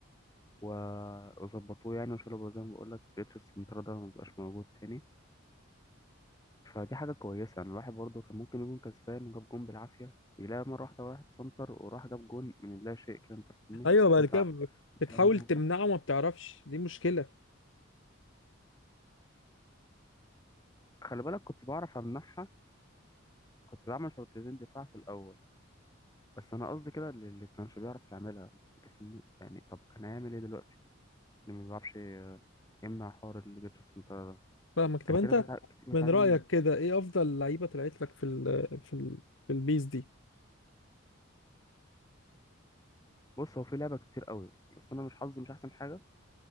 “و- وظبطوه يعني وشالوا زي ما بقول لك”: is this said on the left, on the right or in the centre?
Left